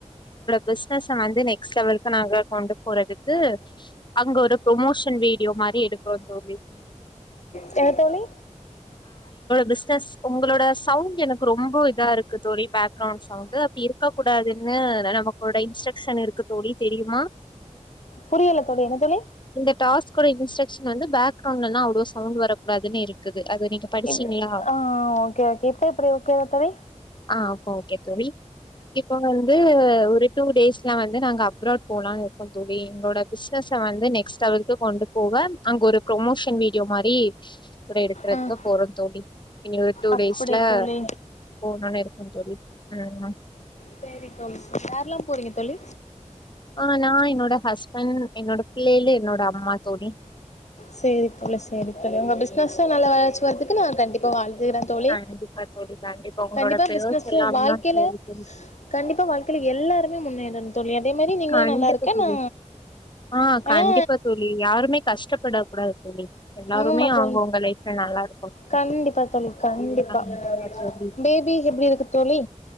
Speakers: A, on the left; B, on the left.
A: பிசினஸ வந்து நெக்ஸ்ட் லெவலுக்கு நாங்க கொண்டு போறதுக்கு அங்க ஒரு ப்ரொமோஷன் வீடியோ மாரி எடுக்குறோ தோழி
B: என்ன தோழி
A: பிசினஸ் உங்களோட சவுண்ட் எனக்கு ரொம்ப இதா இருக்கு தோழி பேக்ரவுண்ட் சவுண்டு அப்டி இருக்கக் கூடாதுன்னு நமக்குடை இன்ஸ்ட்ரக்ஷன் இருக்கு தோழி தெரியுமா
B: புரியல தோழி என்ன தோழி
A: இந்த டாஸ்கோட இன்ஸ்ட்ரக்ஷன் வந்து பேக்ரவுண்ட்லல்லா அவ்ளோ சவுண்ட் வரக் கூடாதுன்னு இருக்குது அத நீங்க படிச்சீங்களா
B: எ ஆ ஓகே ஓகே இப்ப எப்டி ஓகே வா தோழி
A: ஆ இப்ப ஓகே தோழி இப்போ வந்து ஒரு டூ டேஸ்ல வந்து நாங்க அப்ராட் போலானு கொஞ்சவே எங்களோட பிசினஸ்சா வந்து நெக்ஸ்ட் லெவல்க்கு கொண்டு போவ அங்க ஒரு ப்ரொமோஷன் வீடியோ மாறி கூடே எடுக்கறதுக்கு
B: ம்
A: போறோ தோழி இனி ஒரு டூ
B: அப்டி
A: டேஸ்ல
B: தோழி
A: போனோனே எடுக்கணு தோழி ம் ஆமா
B: சேரி தோழி யாரல்லாம் போறீங்க தோழி
A: ஆ நா என்னோட ஹஸ்பண்ட் என்னோட பிள்ளையளு என்னோட அம்மா தோழி
B: சேரி தோழி சேரி தோழி உங்க பிஸ்னஸ்சு நல்ல வளர்ச்சி வரதுக்கு நா கண்டிப்பா வாழ்த் துறே தோழி
A: கண்டிப்பா தோழி உங்களோட
B: கண்டிப்பா
A: பேர்ஸ்
B: பிசினஸ்
A: எல்லாம்தா
B: வாழ்க்கையில
A: தோழி தோழி
B: கண்டிப்பா வாழ்க்கையில எல்லாருமே முன்னேறனு தோழி அதே மாதிரி நீங்களு
A: கண்டிப்பா
B: நல்லாருக்கே
A: தோழி
B: நா
A: ஆ
B: ஆனா
A: கண்டிப்பா தோழி யாருமே கஷ்டப்படக் கூடாது தோழி எல்லாருமே
B: ஆமா
A: அவுங்கவுங்க
B: தோழி
A: லைப்ல நல்லாருக்கனு ம்
B: கண்டிப்பா தோழி கண்டிப்பா
A: ஆமா தோழி
B: பேபி எப்புடி இருக்கு தோழி